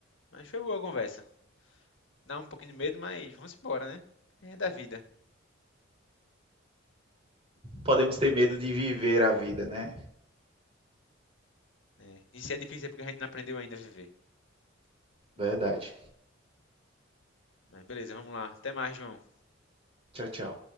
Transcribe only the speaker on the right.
Podemos ter medo de viver a vida, né?
Verdade.
Tchau, tchau.